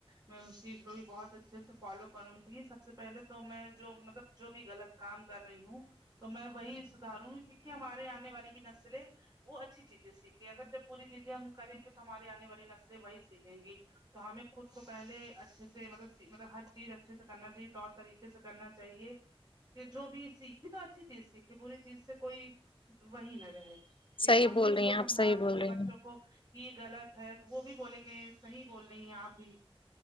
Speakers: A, on the right; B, on the left.
A: میں اس چیز کو بھی بہت اچھے سے فالو کروں گی سب سے پہلے تو میں جو مطلب جو بھی غلط کام کر رہی ہوں تو میں وہی سداروں گی کیونکہ ہمارے آنے والی بھی نسلیں وہ اچھی چیزیں سیکھییں اگر جب پوری چیزیں ہم کریں گے تو ہمارے آنے والی نسلیں وہی سیکھیں گی تو ہمیں خود کو پہلے اچھے سے مطلب مطلب ہر چیز اچھے سے کرنا چاہیے طور طریقے سے کرنا چاہیے کہ جو بھی سیکھی تو اچھی چیز سیکھی بری چیز سے کوئی وہی نہ رہے کہ
B: صحیح
A: ہم
B: بول
A: بھی ان
B: رہی
A: کو
B: ہیں آپ
A: سمجھا
B: صحیح بول
A: سکے
B: رہی
A: بچوں
B: ہیں
A: کو کہ غلط ہے تو وہ بھی بولے گے صحیح بول رہی ہیں آپ بھی